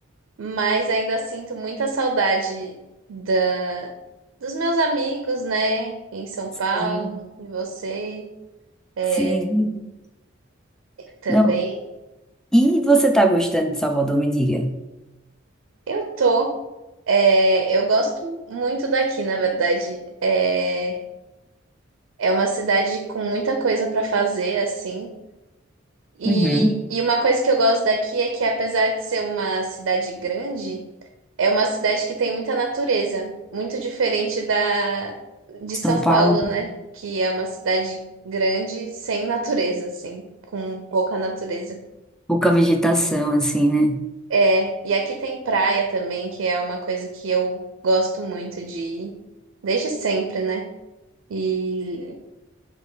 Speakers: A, on the right (about 75°); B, in the centre.
A: Mas ainda sinto muita saudade da, dos meus amigos, né? Em São Paulo,
B: Sim,
A: e você é,
B: sim.
A: também.
B: Não. E você tá gostando de Salvador, me diga.
A: Eu tô. é, eu gosto muito daqui, na verdade. É, é uma cidade com muita coisa para fazer, assim. E,
B: Uhum.
A: e uma coisa que eu gosto daqui é que, apesar de ser uma cidade grande, É uma cidade que tem muita natureza, muito diferente da de São
B: São Paulo,
A: Paulo, né? Que é uma cidade grande sem natureza, assim, com pouca natureza.
B: pouca vegetação, assim, né?
A: É, e aqui tem praia também, que é uma coisa que eu gosto muito de ir, desde sempre, né? E,